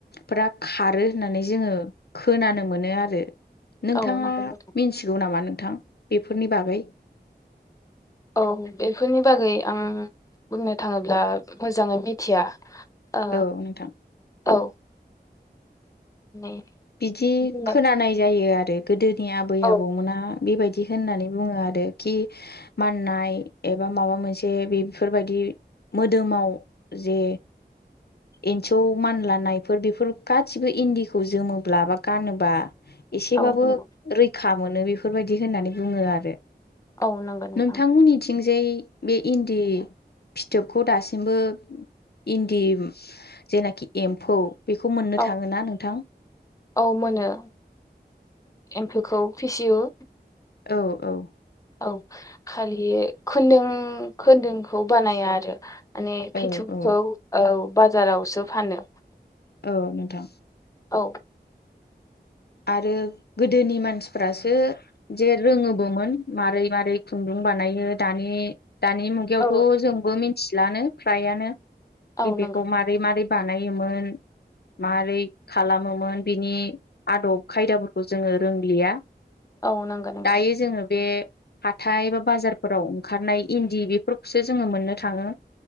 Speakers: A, on the left; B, on the left.
A: फोरा खारो होननानै जोङो खोनानो मोनो आरो नोंथाङा
B: औ नंगौ नोंथां
A: मिनथिगौ नामा नोंथां बेफोरनि बागै?
B: औ बेफोरनि बागै आं बुंनो थाङोब्ला मोजाङै मिथिया। ओ
A: औ नोंथां।
B: औ नै
A: बिदि
B: बुंनाय
A: खोनानाय जायो आरो गोदोनि आबै
B: औ
A: आबौमोना बेबायदि होननानै बुङो आरो खि माननाय एबा माबा मोनसे बेफोरबायदि मोदोमाव जे एन्सौ मानलानायफोर बेफोर गासिबो इन्दिखौ जोमो ब्ला बा गानोबा एसेबाबो
B: औ नंगौ
A: रैखा मोनो बेफोरबायदि होननानै बुङो आरो
B: औ नंगौ नोंथां
A: नोंथांमोननिथिंजाय बे इन्दि फिथोबखौ दासिमबो इन्दि जेनाखि एम्फौ बेखौ मोननो
B: औ
A: थाङो ना नोंथां?
B: औ मोनो एम्फौखौ फिसिउ।
A: औ औ
B: औ खालि खोनदु खोन्दोंखौ बानाया आरो। माने
A: औ
B: फिथोबखौ
A: औ
B: औ बाजारावसो फानो।
A: औ नोंथां।
B: औ
A: आरो गोदोनि मानसिफ्रासो जे रोङोबोमोन मारै मारै खुन्दुं बानायो दानि दानि मुगायावथ'
B: औ
A: जोंबो मिथिलानो फ्रायानो बि
B: औ
A: बेखौ
B: नंगौ
A: मारै मारै बानायोमोन मारै खालामोमोन बिनि आदब खायदाफोरखौ जोङो रोंलिया
B: औ नंगौ नोंथां
A: दायो जोङो बे हाथाय बा बाजारफोराव ओंखारनाय इन्दि बेफोरखौसो जोङो मोननो थाङो।